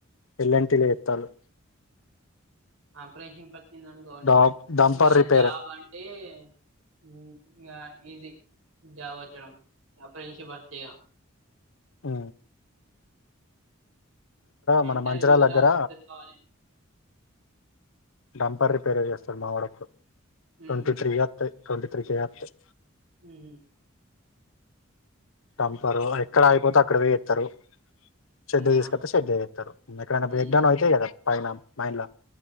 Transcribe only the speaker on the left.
ఎల్ అండ్ టిల చేత్తాల్లు.
ద డంపర్
రిపేర్
ఆ మన
మంచిరాల దగ్గర
డంపర్ రిపేర్ చేస్తడు మావాడప్పుడు,
ట్వంటీత్రీ ఇగ అత్తయి. ట్వంటీత్రీ కే అత్తయి.
టంపరు ఎక్కడ ఆగిపోతే అక్కడ పోయిచేత్తరు. షెడ్కు
తీసుకొస్తే షెడ్ల చేత్తరు. ఎక్కడైనా
బ్రేక్డౌన్ అయితయికదా పైన మైన్ల.